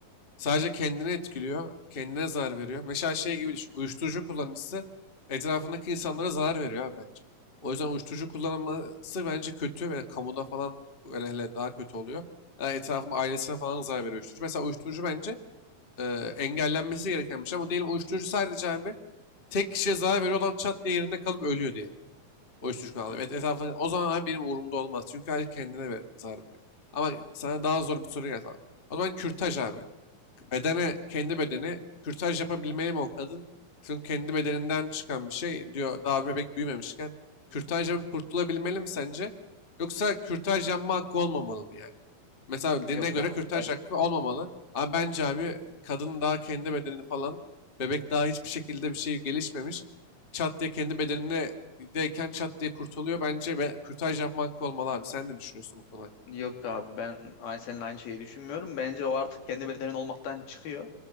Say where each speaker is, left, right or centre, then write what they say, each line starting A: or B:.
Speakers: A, on the left; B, on the left.
A: Sadece kendini etkiliyor, kendine zarar veriyor. Mesela şey gibi düşün, uyuşturucu kullanıcısı etrafındaki insanlara zarar veriyor abi bence. O yüzden uyuşturucu kullanması bence kötü ve kamuda falan hele hele daha kötü oluyor. Yani etrafında ailesine falan zarar veriyor uyuşturucu. Mesela uyuşturucu bence e, engellenmesi gereken bir şey ama diyelim uyuşturucu sadece abi tek kişiye zarar veriyor adam çat diye yerinde kalıp ölüyor diyelim. Uyuşturucu kullanıyor.
B: Hı.
A: Et, etrafında, o zaman abi benim umurumda olmaz çünkü aile kendine ver, zarar veriyor. Ama sana daha zor bir soru geldi. O zaman kürtaj abi bedene, kendi bedeni kürtaj yapabilmeli mi o kadın? Çünkü kendi bedeninden çıkan bir şey diyor daha bebek büyümemişken. Kürtaj yapıp kurtulabilmeli mi sence? Yoksa kürtaj yapma hakkı olmamalı mı yani? Mesela dine
B: Yok
A: göre
B: abi.
A: kürtaj hakkı olmamalı. Ama bence abi kadın daha kendi bedenini falan bebek daha hiçbir şekilde bir şey gelişmemiş. Çat diye kendi bedenine deyken çat diye kurtuluyor. Bence be, kürtaj yapma hakkı olmalı abi. Sen ne düşünüyorsun bu konu hakkında?
B: Yok abi ben aynı seninle aynı şeyi düşünmüyorum. Bence o artık kendi bedenin olmaktan çıkıyor.